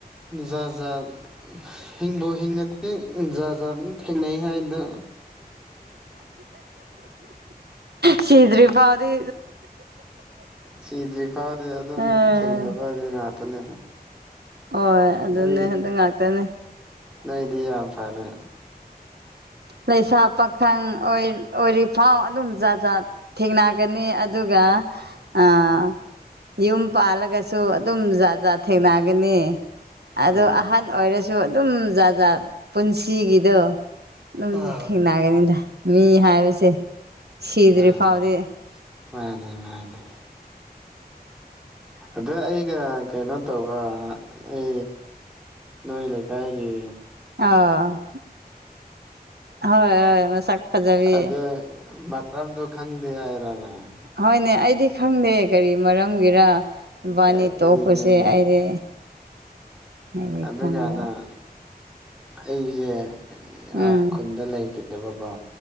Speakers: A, in the centre; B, on the right.
A: ꯖꯥ ꯖꯥꯠ ꯍꯤꯡꯕ ꯍꯤꯡꯉꯗꯤ ꯖꯥ ꯖꯥꯠ ꯊꯦꯡꯅꯩ ꯍꯥꯏꯕꯗꯨ
B: ꯁꯤꯗꯔꯤ ꯐꯥꯎꯗꯤ
A: ꯁꯤꯗ꯭ꯔꯤ ꯐꯥꯎꯗꯤ ꯑꯗꯨꯝ
B: ꯎꯝ
A: ꯊꯦꯡꯅꯕꯒꯤ ꯉꯥꯛꯇꯅꯦ
B: ꯍꯣꯏ ꯑꯗꯨꯅꯦ
A: ꯅꯣꯏ
B: ꯑꯗꯨ ꯉꯥꯛꯇꯅꯦ
A: ꯅꯣꯏꯗꯤ ꯌꯥꯝ ꯐꯔꯦ
B: ꯂꯩꯁꯥ ꯄꯥꯈꯪ ꯑꯣꯏꯔꯤꯐꯥꯎ ꯑꯗꯨꯝ ꯖꯥꯠ ꯖꯥꯠ ꯊꯦꯡꯅꯒꯅꯤ ꯑꯗꯨꯒ ꯑꯥ ꯌꯨꯝ ꯄꯥꯜꯂꯒꯁꯨ ꯑꯗꯨꯝ ꯖꯥꯠ ꯖꯥꯠ ꯊꯦꯡꯅꯒꯅꯤ ꯑꯗꯣ
A: ꯍꯣꯏ
B: ꯑꯍꯟ ꯑꯣꯏꯔꯁꯨ ꯑꯗꯨꯝ ꯖꯥ ꯖꯥꯠ ꯄꯨꯟꯁꯤꯒꯤꯗꯣ ꯑꯗꯨꯝ
A: ꯑꯥ
B: ꯊꯦꯡꯅꯒꯅꯤꯗ ꯃꯤ ꯍꯥꯏꯕꯁꯦ ꯁꯤꯗ꯭ꯔꯤ
A: ꯃꯥꯅꯦ
B: ꯐꯥꯎꯗꯤ
A: ꯃꯥꯅꯦ ꯃꯥꯅꯦ ꯑꯗꯨ ꯑꯩꯒ ꯀꯩꯅꯣ ꯇꯧꯕ ꯃꯤ ꯅꯣꯏ ꯂꯩ ꯀꯥꯏꯒꯤ
B: ꯑꯥ ꯍꯣꯏ ꯍꯣꯏ ꯃꯁꯛ ꯐꯖꯕꯤ
A: ꯑꯗꯨ ꯃꯔꯝꯗꯣ ꯈꯪꯗꯦ ꯍꯥꯏꯔ ꯅꯪ
B: ꯍꯣꯏꯅꯦ ꯑꯩꯗꯤ ꯈꯪꯗꯦ ꯀꯔꯤ ꯃꯔꯝꯒꯤꯔ ꯅꯕꯥꯅꯤ
A: ꯀꯔꯤꯅꯣꯅꯦ
B: ꯇꯣꯛꯄꯁꯦ ꯑꯩꯗꯤ ꯑꯩꯗꯤ
A: ꯑꯗꯨꯀꯥꯟꯗ
B: ꯈꯪꯗꯕ
A: ꯑꯩꯁꯦ
B: ꯎꯝ
A: ꯑꯥ ꯈꯨꯟꯗ ꯂꯩꯇꯦꯕꯀꯣ